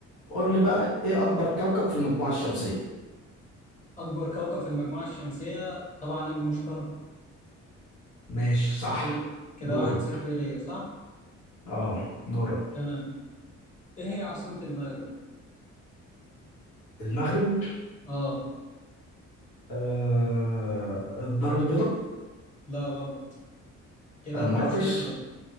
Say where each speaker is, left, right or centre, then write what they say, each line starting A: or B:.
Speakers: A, on the left; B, on the left.
A: قول لي بقى ايه أكبر كوكب في المجموعة الشمسية؟
B: اكبر كوكب في المجموعة الشمسية طبعا المشترك
A: ماشي صح
B: كده كده
A: دورك
B: واحد صفر ليا صح
A: اه دورك
B: تمام ايه هي عاصمة المغرب
A: المغرب
B: اه
A: آه الدار البيضاء
B: لا غلط كده
A: آه
B: انت
A: مراكش
B: خسرت نقطة.